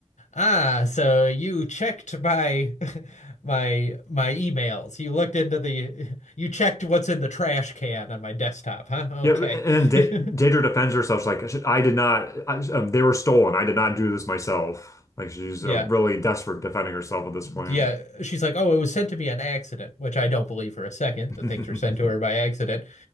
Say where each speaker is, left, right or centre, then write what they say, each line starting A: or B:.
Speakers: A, on the left; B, on the left.
A: Ah, so you checked my <laughs> my my emails. You looked into the <laughs> you checked what's in the trash can on my desktop, huh? Okay.
B: Yeah, and then Da-
A: <laughs>
B: Daedra defends herself. She's like, "I did not. I, um, they were stolen. I did not do this myself." Like she's
A: Yeah.
B: uh, really desperate defending herself at this point.
A: Yeah. She's like, "Oh, it was sent to me on accident," which I don't believe for a second
B: <laughs>
A: that things were sent to her by accident.